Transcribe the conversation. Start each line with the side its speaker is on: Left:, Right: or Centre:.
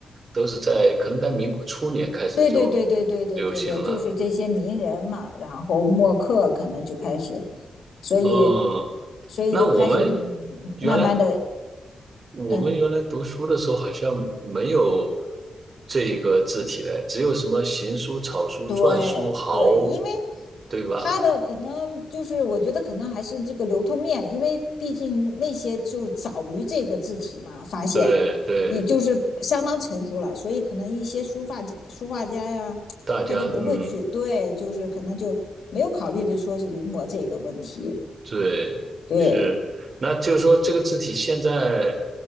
Right: 都是在可能在民国初年开始就
Left: 对对对对对对对对，
Right: 流行了。
Left: 就是这些名人嘛，然后墨客可能就开始，所以
Right: 哦，
Left: 所以就开始嗯慢慢的，
Right: 那我们原来我们原来读书的时候好像没有
Left: 嗯，
Right: 这个字体嘞，只有什么行书、草书、
Left: 对对，
Right: 篆书、豪，
Left: 因为
Right: 对吧？
Left: 他的可能就是我觉得可能还是这个流通面，因为毕竟那些就早于这个字体嘛发现，
Right: 对对，
Left: 也就是相当成熟了，所以可能一些书法书画家呀，
Right: 大家嗯。
Left: 他就不会去对，就是可能就没有考虑的说是临摹这个问题，
Right: 对，
Left: 对。
Right: 是，那就是说这个字体现在